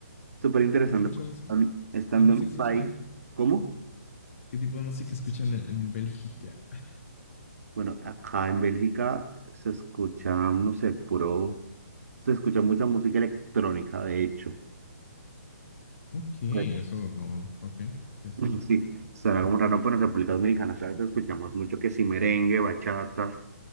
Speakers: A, on the right; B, on the left.
A: súper interesante.
B: ¿Has escuchado música?
A: Am- Estando
B: ¿Qué música
A: en mi
B: escuchan
A: país,
B: ahí?
A: ¿cómo?
B: ¿Qué tipo de música escuchan en, en Bélgica?
A: Bueno, acá en Bélgica se escucha, no sé, puro, se escucha mucha música electrónica, de hecho.
B: Ok, eso
A: Pues,
B: no. Ok, sí, sí.
A: <laughs> Sí, será como raro, pero en República Dominicana, ¿sabes? Escuchamos mucho que si merengue, bachata